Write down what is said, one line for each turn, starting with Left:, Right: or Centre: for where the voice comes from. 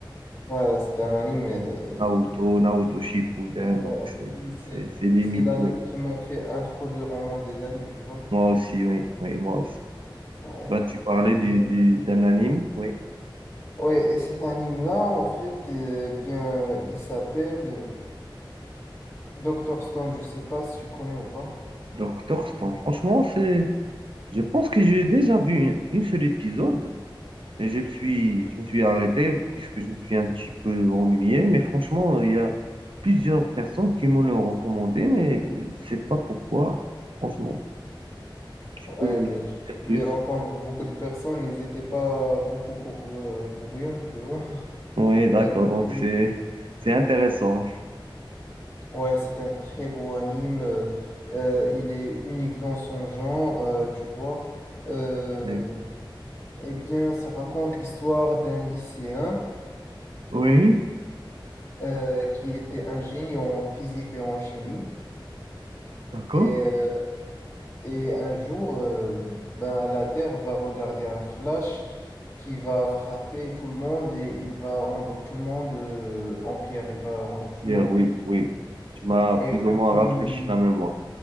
Left: Ouais, c'est un anime,
Right: <laughs>
Left: mais euh,
Right: Naruto, Naruto Shippuden,
Left: mais moi
Right: donc
Left: aussi,
Right: c'est
Left: c'est
Right: c'est- c'est limite,
Left: c'est l'anime
Right: oui.
Left: qui m'a fait introduire au monde des animes, tu vois.
Right: Moi aussi, oui, oui, moi aussi.
Left: Ouais.
Right: Bah, tu parlais du,
Left: Et-
Right: du- d'un anime, oui.
Left: Ouais, et cet anime-là, en fait, euh, bien, il s'appelle euh, Dr. Stone, je sais pas si tu connais ou pas.
Right: Doctor Stone. Franchement, c'est, je pense que j'ai déjà vu une, une seule épisode et je me suis, je me suis arrêté puisque je me suis un petit peu ennuyé. Mais franchement, il y a plusieurs personnes qui me l'ont recommandé, mais je sais pas pourquoi. Franchement, tu
Left: Ouais,
Right: peux me
Left: mais
Right: dire plus.
Left: je vais entendre beaucoup de personnes, ils n'étaient pas beaucoup pour, euh, pour rien, tu vois. <laughs>
Right: Oui, d'accord.
Left: Euh,
Right: Donc,
Left: Mm.
Right: c'est, c'est intéressant.
Left: ouais, c'est un très beau anime. euh, euh, il est unique dans son genre, euh, tu vois. Euh,
Right: Oui,
Left: Eh bien, ça raconte l'histoire d'un lycéen
Right: Oui,
Left: euh, qui était ingénieur en physique et en chimie.
Right: d'accord.
Left: Et, euh, et un jour, euh, ben, la Terre va regarder un flash qui va frapper tout le monde et il va rendre tout le monde euh, en pierre, il va rendre tout
Right: Hier,
Left: le monde
Right: oui,
Left: pétrifié.
Right: oui. Tu m'as plus
Left: Et personne
Right: ou moins rafraîchi
Left: ne,
Right: la mémoire.